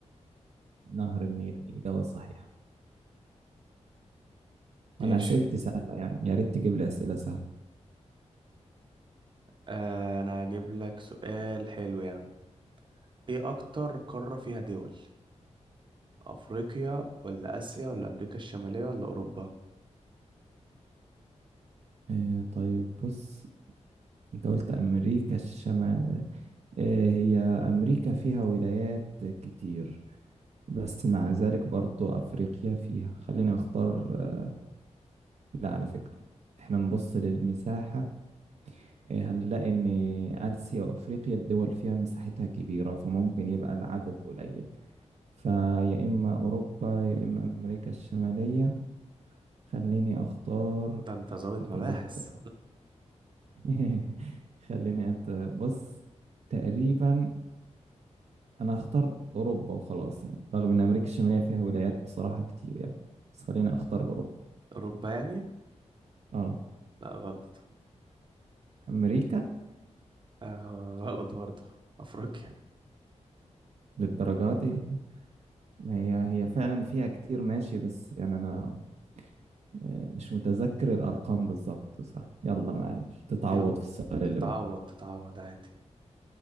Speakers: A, on the right; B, on the right.
A: نهر النيل الإجابة صحيحة
B: ماشي
A: أنا أسئلتي سهلة يعني يا ريت تجيب لي أسئلة سهلة
B: آه انا هجيب لك سؤال حلو يعني ايه اكتر قارة فيها دول افريقيا ولا اسيا ولا امريكا الشمالية ولا اوروبا
A: آه، طيب بص انت قلت امريكا الشمال آه، هي امريكا فيها ولايات كتير بس مع ذلك برضو افريقيا فيها خلينا اختار آه، لا على فكرة احنا نبص للمساحة آه، هنلاقي ان اسيا وافريقيا الدول فيها مساحتها كبيرة فممكن يبقى العدد قليل فيا اما اوروبا يا اما امريكا الشمالية خليني اختار
B: ده انت ظابط
A: اتذكر
B: مباحث
A: <laughs> خليني أت... بص تقريبا انا هختار اوروبا وخلاص يعني رغم ان امريكا الشماليه فيها ولايات بصراحه كتير يعني بس خليني اختار اوروبا
B: <laughs> اوروبا يعني
A: اه
B: لا غلط
A: امريكا
B: آه <laughs> غلط برضه افريقيا
A: للدرجه دي ما هي هي فعلا فيها كتير ماشي بس يعني انا آه، مش متذكر الارقام بالظبط بصراحه يلا معلش تتعوض
B: يلا
A: في السؤال
B: تتعوض
A: اللي بعد
B: تتعوض عادي